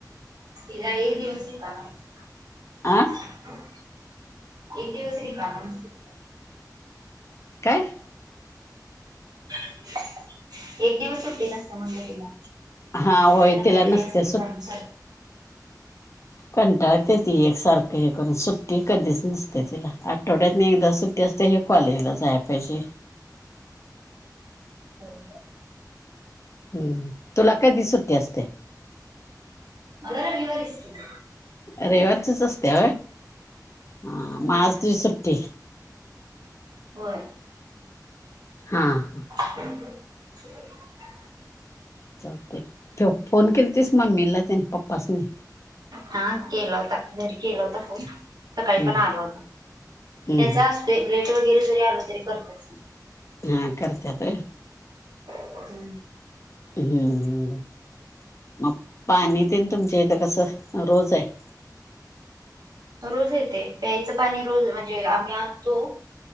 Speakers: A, on the right; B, on the left.
A: इला एक दिवस रिकामा नसतोये.
B: आ
A: एक दिवस रिकामा नसतोये.
B: काय?
A: एक दिवस सुट्टी नसते म्हणलं तिला
B: हा होय
A: काही ना
B: तिला
A: काही
B: नसते
A: तरी असते चालूच आमच.
B: कंटाळत असेल ती सारखी कारण सुट्टी कधीच नसते तिला आठवड्यात न एकदा सुट्टी असते हे कॉलेज ला जायला पाहिजे.
A: होय.
B: हम्म तुला कधी सुट्टी असते?
A: मला रविवारीच असते.
B: रविवारचीच असते मग
A: होय
B: असते सुट्टी
A: होय.
B: हां हां.
A: <unintelligible>
B: चलतेय तेव्हा फोन केलंतेस मम्मीला त्यांनी पप्पासनी-
A: हा केला होता घरी केला होता फोन सकाळी
B: हम्म
A: पण आला होता
B: हम्म
A: त्याचा ते लेट वगैरे जरी आले तरी करत असतात.
B: हा करतायेत.
A: हम्म..
B: हम.. मग पाणी न ते तुमच्या इथं कसं रोज आहे-
A: रोज येते प्यायचं पाणी रोज म्हणजे आम्ही आणतो.